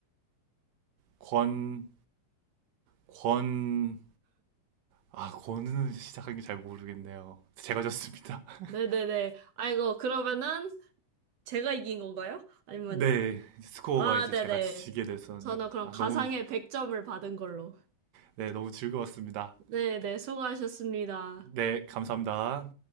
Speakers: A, on the right; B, on the right.
A: 권, 권, 아, 권은 시작한 게 잘 모르겠네요. 제가 졌습니다. <laughs>
B: 네네네. 아이고, 그러면은 제가 이긴 건가요? 아니면,
A: 네, 스코어가
B: 아,
A: 이제
B: 네네.
A: 제가 지게 됐었네요.
B: 저는 그럼
A: 아,
B: 가상의
A: 너무,
B: 100점을 받은 걸로.
A: 네, 너무 즐거웠습니다.
B: 네네, 수고하셨습니다.
A: 네, 감사합니다.